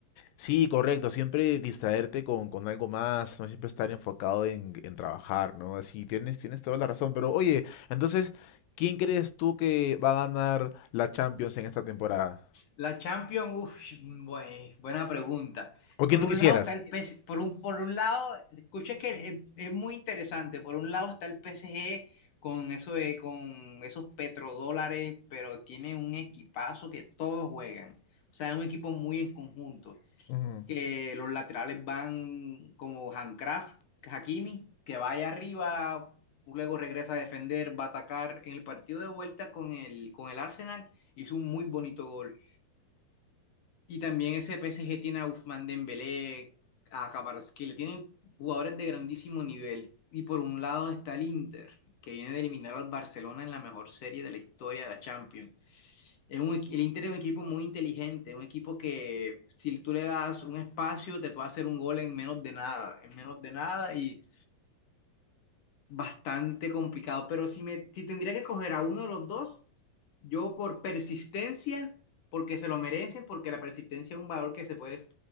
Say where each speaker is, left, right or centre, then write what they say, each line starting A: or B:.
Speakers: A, on the left; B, on the left.
A: Sí, correcto, siempre distraerte con, con algo más, no siempre estar enfocado en, en trabajar, ¿no? Así tienes, tienes toda la razón, pero oye, entonces, ¿quién crees tú que va a ganar la Champions en esta temporada?
B: La Champions, uff, buen- buena pregunta.
A: ¿O quién
B: Por
A: tú
B: un
A: quisieras?
B: lado está el PSG, por un, por un lado, escucha que es, es muy interesante. Por un lado está el PSG con eso de- con esos petrodólares, pero tiene un equipazo que todos juegan. O sea, es un equipo muy en conjunto.
A: Ujú.
B: Que los laterales van como Handcraft, Hakimi, que vaya arriba, luego regresa a defender, va a atacar. En el partido de vuelta con el, con el Arsenal hizo un muy bonito gol. Y también ese PSG tiene a Ousmane Dembélé, a Kvaratskhelia, tienen jugadores de grandísimo nivel. Y por un lado está el Inter, que viene de eliminar al Barcelona en la mejor serie de la historia de la Champions. Es un equi- el Inter es un equipo muy inteligente, un equipo que si tú le das un espacio te puede hacer un gol en menos de nada, en menos de nada y bastante complicado, pero si me, si tendría que escoger a uno de los dos, yo por persistencia, porque se lo merecen, porque la persistencia es un valor que se puede,